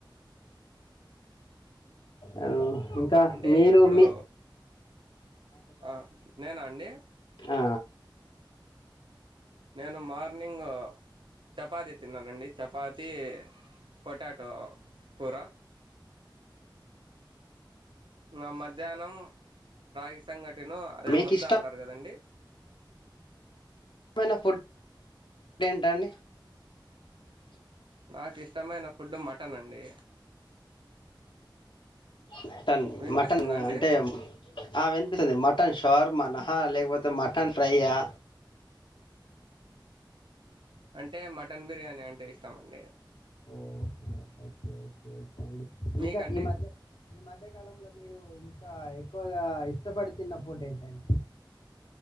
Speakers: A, on the left; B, on the right.
A: అ ఇంకా
B: అంటే
A: మీరు
B: ఇప్పుడు
A: మీ
B: ఆ నేనా అండి
A: ఆ
B: నేను మార్నింగ్ చపాతి తిన్నానండి చపాతి పొటాటో కూ ర నా మధ్యాహ్నం రాగి సంఘటిను అదే
A: మీకు
B: ముద్ద
A: ఇష్టమైన
B: అంటారు కదండి
A: ఏమైన ఫుడ్ ఏంటండి
B: నాకు ఇష్టమైన ఫుడ్ మటన్ అండి
A: మటన్
B: వినిపిస్తుందా
A: మటన్
B: అండి
A: అంటే ఆ వినిపిస్తుంది మటన్ చర్ మనహా లేకపోతే మటన్ ఫ్రై ఆ
B: అంటే మటన్ బిర్యానీ అంటే ఇష్టమండి
A: ఓహో ఓకే ఓకేే ఓకే అండి ఇంకా
B: మీకండి
A: ఈ మధ్య ఈ మధ్య కాలంలో మీరు ఇంకా ఎక్కువగా ఇష్టపడి తిన్న ఫుడ్ ఏంటండి